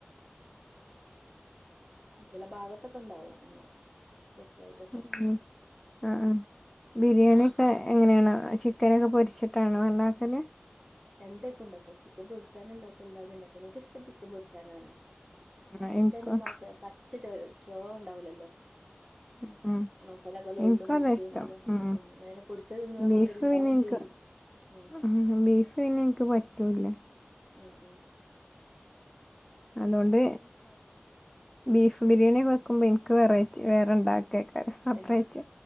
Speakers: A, on the right (about 25°); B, in the centre.
A: ചില ഭാഗത്തൊക്കെ ഉണ്ടാവും അങ്ങനെ സ്പെഷ്യൽ ആയിട്ടൊക്കെ
B: ഉ ആ ബിരിയാണിഒക്കെ എങ്ങനെയാണ് ചിക്കനൊക്കെ പൊരി <unintelligible>
A: രണ്ടും ഉണ്ടാക്കും ചിക്കൻ പൊരിച്ചാണ് ഉണ്ടാക്കും അല്ലാത ഉണ്ടാക്കും നിങ്ങൾക്ക് ഇഷ ഇഷ്ടംചിക്കൻ പൊരിച്ചനാണ്
B: ആഹ്
A: അതിന്റെപച്ച
B: എനിക്കും
A: ചുവ ഉണ്ടാവൂലല്ലോ
B: <unintelligible> ഉ
A: മസാലക്കെല്ലാം
B: എനിക്ക്
A: ഉള്ളിൽ പിടിച്ച്
B: അതാ ഇഷ്ടം
A: നല്ല
B: ഉ
A: ആ അതിനെ പൊടിച്ചത് തിന്നണ
B: ബീഫ്പിന്നെ
A: മാതിരി ഉണ്ടാവും
B: എനിക്ക്
A: ചെയ്യും ഉം
B: ആ ബീഫ് പിന്നെ എനിക്ക് പറ്റൂല
A: ഉംഉം
B: അതുകൊണ്ട് ബീഫ് ബിരിയാണി വെക്കുമ്പോൾ എനിക്ക് വെറൈറ്റ വേറെ ഉണ്ടാക്കുക സെപ്പറേറ്റ്
A: പക്ഷെ